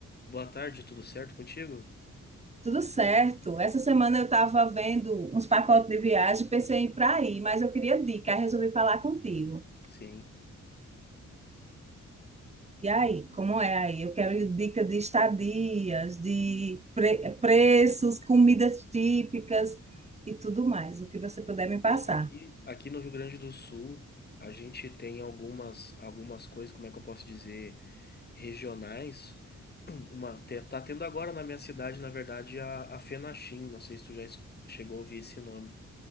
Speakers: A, on the left; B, on the right.
A: Boa tarde, tudo certo contigo?
B: Tudo certo. Essa semana eu estava vendo uns pacotes de viagem, pensei em ir para aí, mas eu queria dica, aí resolvi falar contigo.
A: Sim.
B: E aí, como é aí? Eu quero dica de estadias, de pre- preços, comidas típicas e tudo mais, o que você puder me passar.
A: É, Aqui, aqui no Rio Grande do Sul, a gente tem algumas, algumas coisas, como é que eu posso dizer, regionais. <clears throat> Uma, te- tá tendo agora na minha cidade, na verdade, a, a Fenachim, não sei se tu já es- chegou a ouvir esse nome,